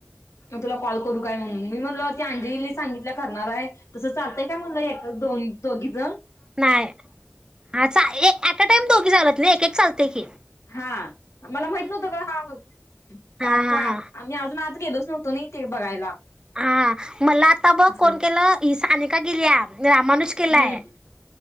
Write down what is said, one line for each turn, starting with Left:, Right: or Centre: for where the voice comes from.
Left: तुला कॉल करू काय? म्हणून मी म्हणल ती अंजली सांगितल्या करणार आहे तसं चालतंय काय म्हणलं दोन दोघीच?
Right: नाही अचा ये <unintelligible> <unintelligible> टाइम दोघी झालात नाही एक चालते की.
Left: हा मला माहित नव्हतं हा
Right: हा
Left: टास्क
Right: हा
Left: का आ
Right: हा
Left: आम्ही अजून आत गेलोच नोवतो ना ते बघायला
Right: हा मला आता बघ
Left: असं
Right: कोण केलं? सानिका गेल्या? रामानुष केलाय
Left: हम्म